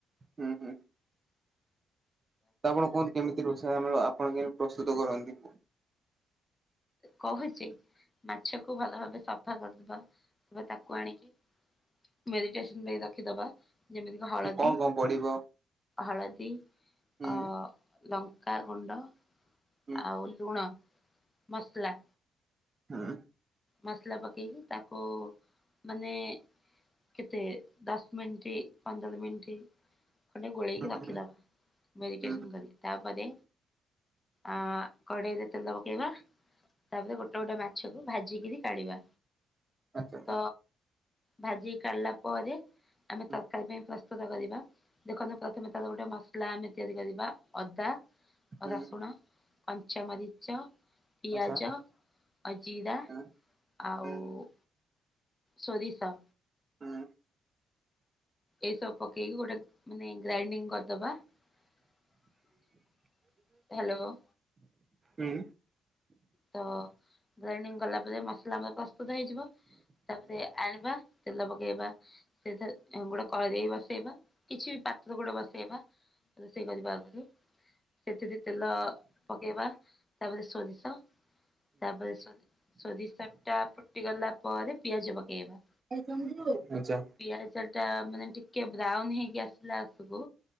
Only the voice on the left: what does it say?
କହୁଛି ମାଛ କୁ ଭଲ ଭାବେ ସ ସଫା କରିଦବା ତାପରେ ତାକୁ ଆଣିକି ମେରିଟେସନ ପାଇଁ ରଖିଦବା ଯେମିତି ହଳଦୀ,
ହଳଦୀ
ଅ ଲଙ୍କା ଗୁଣ୍ଡ।
ଆଉ ଲୁଣ ମସଲା।
ମସଲା ପକେଇକି ତାକୁ ମାନେ କେତେ ଦଶ ମିନିଟ୍ ପନ୍ଦର ମିନିଟ୍ ଖଣ୍ଡେ ଗୋଳେଇକି
ରଖିଦବା ମେରିଟେସନ
କରିକି ତା ପରେ ଆ କଡେଇରେ ତେଲ ପ ପକେଇବା ତାପରେ ଗୋଟେ ଗୋଟେ ମାଛକୁ ଭାଜିକିରି କାଢିବା।
ତ ଭାଜିକି କାଢିଲା ପରେ ଆମେ
ତରକାରୀ ପାଇଁ ପ୍ରସ୍ତ ପ୍ରସ୍ତୁତ କରିବା ଦେଖନ୍ତୁ ପ୍ରଥମେ ତାର ଗୋଟେ ମସଲା ଆମେ ତିଆରି କରିବା ଅଦା
ରସୁଣ, କଞ୍ଚାମରିଚ, ପିଆଜ,
ଅ ଜିରା
ଆଉ
ସୋରିଷ।
ଏଇସବୁ ପକେଇକି ଗୋଟେ ମାନେ ଗ୍ରାଇଣ୍ଡିଙ୍ଗ୍ କରିଦବା। ହ୍ୟାଲୋ
ତ ଗ୍ରାଇଣ୍ଡିଙ୍ଗ୍ କଲା ପରେ ମସଲା ଆମର ପ୍ରସ୍ତୁତ ହେଇଯିବ ତାପରେ ଆଣିବା ତେଲ ପକେଇବା ସେଥେରେ ଅ ଗୋଟା କରେଇ ବସେଇବା କିଛି ବି ପାତ୍ର ଗୋଟେ ବସେଇବା ରୋଷେଇ କରିବା ଆଗରୁ, ସେଥିରେ ତେଲ ପକେଇବା ତାପରେ ସୋରିଷ ତାପରେ ସୋ ସୋରିଷ ଟା ଫୁଟି ଗଲା ପରେ ପିଆଜ ପକେଇବା।
ପିଆଜ ଟା ମାନେ ଟିକେ ବ୍ରାଉନ ହେଇକି ଆସିଲା ବସୁକୁ